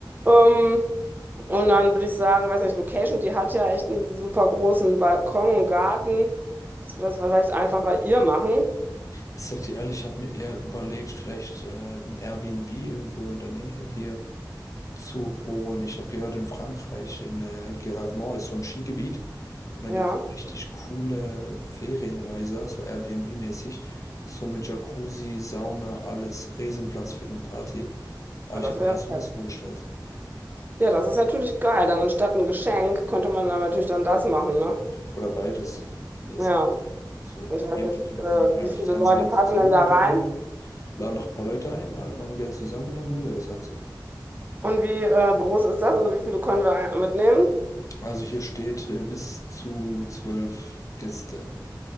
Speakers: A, on the right; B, on the left.
A: Ähm, und dann würde ich sagen, weiß nicht, Location, die hat ja echt einen super großen Balkon und Garten, dass wir das vielleicht einfach bei ihr machen.
B: Ich sag dir ehrlich, ich habe mir eher überlegt, vielleicht äh, ein Airbnb irgendwo in der Nähe hier. zu holen. Ich habe gehört, in Frankreich, in äh, Gérardmer ist so ein Skigebiet und da
A: Ja,
B: gibt es richtig coole Ferienhäuser, so Airbnb-mäßig, so mit Jacuzzi, Sauna, alles, Riesenplatz für eine Party. Aber
A: ja,
B: ich
A: das
B: habe
A: wäre
B: mir erst sowas
A: fett.
B: vorgestellt.
A: Ja, das ist natürlich geil. Dann anstatt ein Geschenk könnte man dann natürlich dann das machen, ne?
B: Oder beides mäßig.
A: Ja,
B: So,
A: ich weiß
B: jemand,
A: nicht, äh,
B: wir machen einfach
A: wie viele
B: das ganze
A: Leute
B: Geld
A: passen
B: zusammen
A: denn da
B: und
A: rein?
B: dann äh, laden noch ein paar Leute ein, alle machen Geld zusammen und dann holen wir das Ganze.
A: Und wie äh, groß ist das? Also wie viele können wir äh, mitnehmen?
B: Also hier steht äh, bis zu zwölf Gäste.